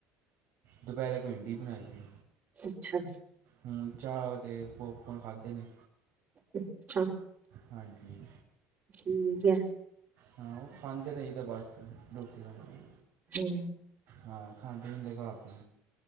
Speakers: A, on the right (about 65°); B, on the right (about 35°).
A: ਦੁਪਹਿਰੇ ਪਿੰਡੀ ਬਣਾਈ ਸੀ।
B: ਅੱਛਾ।
A: ਹੁ ਚਾਹ ਤੇ ਪੌਪਕੌਣ ਖਾਧੇ ਨੇ।
B: ਅੱਛਾ।
A: ਹਾਂਜੀ।
B: ਠੀਕ ਹੈ।
A: ਹਾਂ ਉਹ ਖਾਂਦੇ ਰਹੀ ਦਾ ਬਸ ਰੋਟੀ ਨਾਲ।
B: ਹਮ।
A: ਹਾਂ ਖਾਂਦੇ ਪੀਂਦੇ ਘਰ ਤੋਂ।